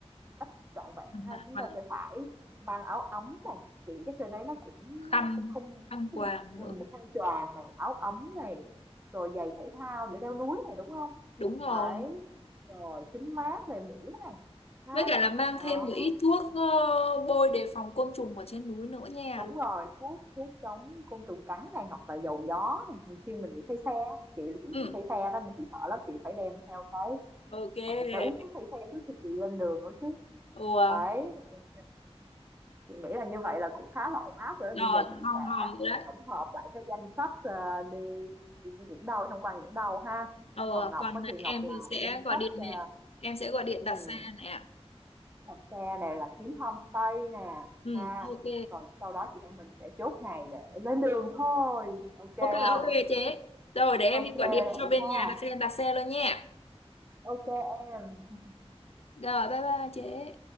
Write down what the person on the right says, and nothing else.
cách trọn vẹn
ha chúng
ta sẽ phải mang áo ấm này chị nghĩ chắc trên đấy nó cũng
nó cũng không
ừ,
một khăn choàng này áo ấm này rồi giày thể thao để leo núi này đúng không
đấy rồi kính mát này mũ này ha
đó
Đúng rồi, thuốc thuốc chống côn trùng cắn này hoặc là dầu gió này thì khi mình bị say xe á, chị là chị
bị say xe đó nên chị sợ lắm chị phải đem theo cái
hoặc chị phải uống thuốc say xe trước khi chị lên đường nữa chứ
đấy ok chị nghĩ là như vậy là cũng khá là ổn áp rồi đó
bây giờ chị
sẽ
tổng hợp lại cái danh sách ờ, đi đi, đi những đâu tham quan những đâu ha
còn Ngọc
á thì Ngọc
làm
danh
sách
ờ,
ừ,
đặt xe này là kiếm homestay nè
ha
rồi sau đó chị em mình sẽ chốt ngày để lên đường thôi ok
không
ok
vậy
ha
ok em